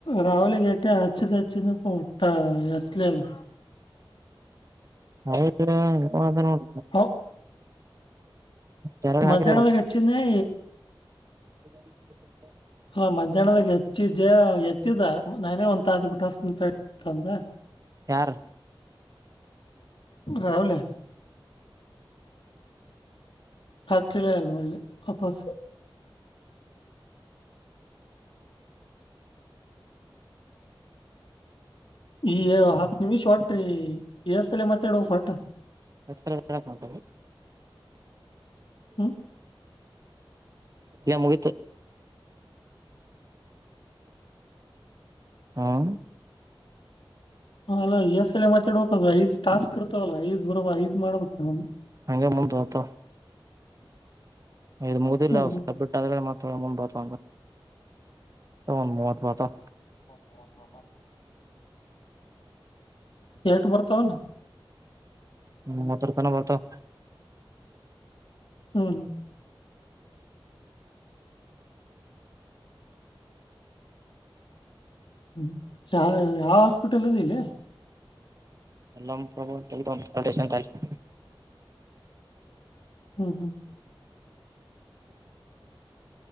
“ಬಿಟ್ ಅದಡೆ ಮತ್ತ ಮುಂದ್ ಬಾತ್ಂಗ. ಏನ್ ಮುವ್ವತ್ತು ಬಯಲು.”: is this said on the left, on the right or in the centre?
Right